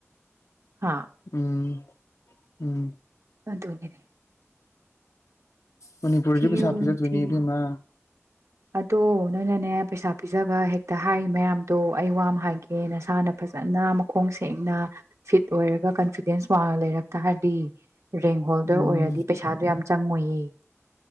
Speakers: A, on the right; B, on the left.
A: ꯍꯥ
B: ꯎꯝ ꯎꯝ
A: <unintelligible>
B: ꯃꯅꯤꯄꯨꯔꯁꯨ
A: ꯊꯤꯌꯨ
B: ꯄꯩꯁꯥ <unintelligible>
A: ꯊꯤꯌꯨ
B: ꯏꯕꯦꯃꯥ
A: ꯑꯗꯣ ꯅꯣꯏꯅꯅꯦ ꯄꯩꯁꯥ ꯄꯤꯖꯕ ꯍꯦꯛꯇ ꯍꯥꯏ ꯃꯌꯥꯝꯗꯣ ꯑꯩ ꯋꯥ ꯍꯥꯏꯒꯦ ꯅꯁꯥꯅ ꯐꯖꯅ ꯃꯈꯣꯡ ꯁꯦꯡꯅ ꯐꯤꯠ ꯑꯣꯏꯔꯒ ꯀꯟꯐꯤꯗꯦꯟꯁ ꯋꯥꯡꯉ ꯂꯩꯔꯛ ꯇꯥꯔꯗꯤ ꯔꯦꯡ ꯍꯣꯜꯗꯔ
B: ꯎꯝ
A: ꯑꯣꯏꯔꯗꯤ ꯄꯩꯁꯥꯗꯨ ꯌꯥꯝ ꯆꯪꯉꯣꯏꯌꯦ <unintelligible>